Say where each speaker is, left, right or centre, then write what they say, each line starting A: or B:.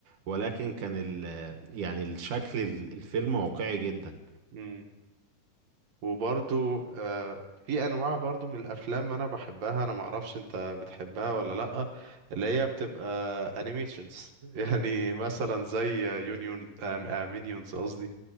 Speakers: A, on the right (about 80°); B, on the right (about 65°).
A: ولكن كان ال يعني الشكل ال- الفيلم واقعي جدا
B: امم وبرضو آه في انواع برضو من الافلام انا بحبها انا معرفش انت بتحبها ولا لا اللي هي بتبقى انيميشنز <laughs> يعني مثلا زي يونيون آه مينيونز قصدي